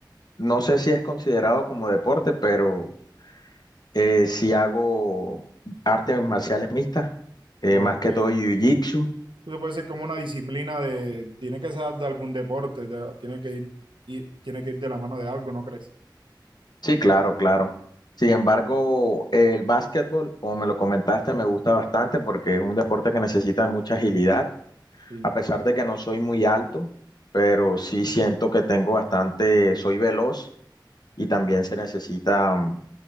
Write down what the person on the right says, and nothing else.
Ok.
Entonces
puede ser como una disciplina de, tiene que ser de algún deporte, de- tiene que ir, ir- tiene que ir de la mano de algo, ¿no crees?
Sí,